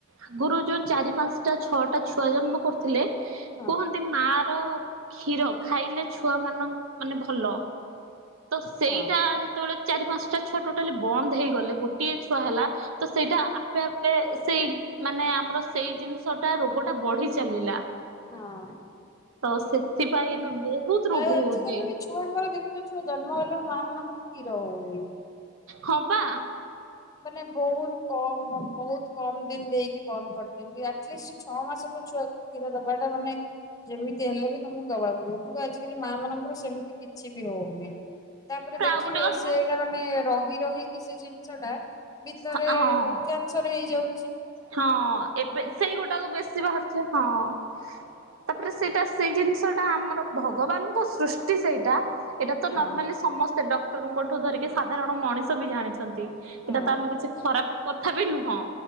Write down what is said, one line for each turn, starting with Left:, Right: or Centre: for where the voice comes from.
Right: ଆଗୁରୁ ଯୋଉ ଚାରି ପାଞ୍ଚଟା ଛଅଟା ଛୁଆ ଜନ୍ମ କରୁଥିଲେ।
Left: ହଁ
Right: କୁହନ୍ତି ମା ର କ୍ଷୀର ଖାଇଲେ ଛୁଆ ମାନଙ୍କ ମାନେ ଭଲ। ତ ସେଇ
Left: ହଁ
Right: ଟା ଯେତେବେଳେ ଚାରି ପାଞ୍ଚଟା ଛୁଆ ଟୋଟାଲି ବନ୍ଦ ହେଇଗଲେ ଗୋଟେ ଗୋଟିଏ ଛୁଆ ହେଲା ତ ସେଇଟା ଆପେ ଆପେ ସେଇ ମାନେ ଆମର ସେଇ ଜିନିଷ ଟା ରୋଗ ଟା ବଢି ଚାଲିଲା।
Left: ହଁ।
Right: ତ ସେଥିପାଇଁ ଏବେ ବହୁତ ରୋଗ
Left: ଆ ଆଜିକାଲି
Right: ହଉଛି
Left: ବି ଛୁଆଙ୍କର ଦେଖୁଛ ଛୁଆ ଜନ୍ମ ହେଲାଣି ମାଆ ମାନଙ୍କର କ୍ଷୀର ହଉନି।
Right: ହଁ ପା।
Left: ମାନେ ବହୁତ କମ ବହୁତ କମ ଦିନ ଦେଇକି ବନ୍ଦ କରିଦିଅନ୍ତି। ଆଟଲିଷ୍ଟ ଛଅ ମାସେ ତ ଛୁଆ କୁ କ୍ଷୀର ଦବାଟା ମାନେ ଯେମିତି ହେଲେ ବି ତମକୁ ଦବାକୁ ପଡିବ। ଆଜିକାଲି ମା ମାନଙ୍କର ସେମିତି କିଛି ବି ହଉନି ତାପରେ ଦେଖିବେ
Right: ଆଉ ଗୋଟେ କଥା
Left: ସେ ଏଇଟା ମାନେ ରହି ରହି କିି ସେ ଜିନିଷ ଟା ଭିତରେ
Right: ହଁ
Left: କ୍ୟାନସର ହେଇଯାଉ
Right: ହଁ ଏବେ ସେଇଗୋଟାକୁ ବେଶୀ ବାହାରୁଛି ହଁ। ତାପରେ ସେଇଟା ସେଇ ଜିନିଷ ଟା ଆମର ଭଗବାନଙ୍କ ସୃଷ୍ଟି ସେଇଟା ଏଇଟା ତ
Left: ହଁ
Right: ନର୍ମାଲି ସମସ୍ତେ ଡ ଙ୍କଠୁ ଧରିକି ସାଧାରଣ ମଣିଷ ବି ଜାଣିଛନ୍ତି।
Left: ହଁ
Right: ଏଇଟା ତ ଆମେ କିଛି ଖରାପ କଥା ବି ନୁହଁ।